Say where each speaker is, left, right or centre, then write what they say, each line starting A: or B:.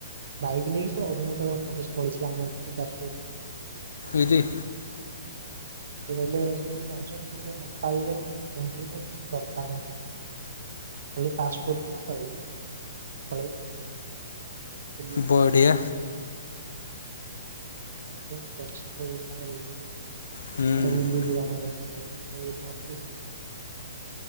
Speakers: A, on the right (about 60°); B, on the left (about 80°).
A: ବାଇକ୍ ନେଇକି ସେ ଅରୁଣାଚଳ ତ ପ୍ରଦେଶ ପଳେଇ ଥିଲା ଆମ ଏଠୁ ଯାଜପୁର।
B: ଉଁ ହୁଁ।
A: ସେ କହିଲେ ସବୁ ସେ ଜାଣିଚନ୍ତି। ସେ କହିଲେ ନେପାଳରେ ଏଣ୍ଟ୍ରି ପାଇଁ କିଛି ଦରକାର ନାହିଁ ସେମିତି। ଖାଲି ପାସପୋର୍ଟ ଥିବ ସଇଲା ପଳେଇବୁ। ବୁଲିକି
B: ବଢ଼ିଆ
A: ପଳି ଆସିବୁ। ବୋହୁତ ଅଛିି ହୋଉ <unintelligible> ଆ
B: ହୁଁ
A: ରୁମ୍ ବି ଭଲ ଘର ଏଥିରେ ଏଇ ନିର୍ଦିଷ୍ଟ ରେ।